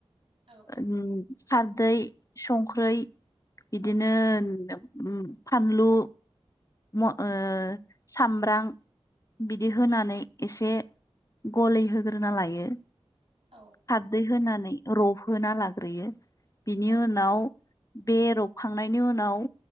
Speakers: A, on the right; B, on the left.
A: औ
B: ओम खारदै संख्रै बिदिनो
A: औ नंगौ
B: उम फानलु म' ओ सामब्रां बिदि होनानै एसे गलि होग्रोना लायो
A: औ
B: खारदै
A: नंगौ
B: होनानै रब होना लाग्रोयो बिनि
A: औ
B: उनाव बे रबखांनायनि उनाव